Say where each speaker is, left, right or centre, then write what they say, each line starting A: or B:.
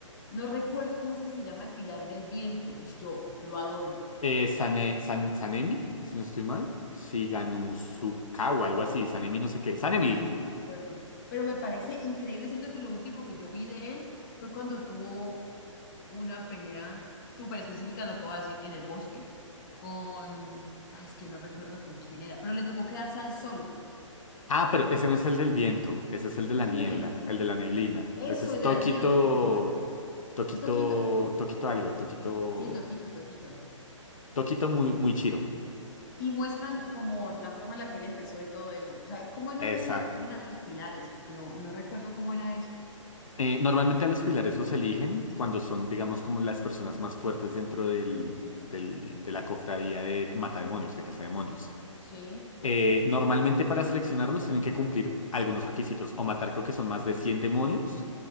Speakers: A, on the left; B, on the left.
A: no recuerdo cómo es que se llama el pilar del viento. Ush, yo lo adoro,
B: Eh, Sane- San- Sanemi, si no estoy mal. Shiganusuka o algo así. Sanemi no sé qué. Sanemi.
A: no me, no me acuerdo, pero me parece increíble. Siento que lo último que yo vi de él fue cuando tuvo una pelea súper específica, lo que voy a decir, en el bosque, con, ay, es que no recuerdo con quién era, pero le tocó quedarse al solo.
B: Ah, pero ese no es el del viento. Ese es el de
A: ¿Cómo
B: la
A: es
B: niebla.
A: el del viento?
B: El de la neblina.
A: Eso,
B: Ese es
A: el
B: Tokito.
A: de la niebla, ¿cómo se llama?
B: Tokito.
A: Es Toquito,
B: Tokito algo. Tokito.
A: sí, Toquito, Toquito.
B: Tokito muy, muy chiro.
A: Y muestran como la forma en la que él empezó y todo eso. O sea, ¿cómo es
B: Exacto.
A: la forma en la que tienen a los pilares? Porque no, no recuerdo cómo era eso.
B: Eh, normalmente a los pilares los eligen cuando son, digamos, como las personas más fuertes dentro del, del- de la cofradía de matademonios, de cazademonios.
A: Sí,
B: Eh, normalmente para seleccionarlos tienen que cumplir algunos requisitos, o matar creo que son más de 100 demonios,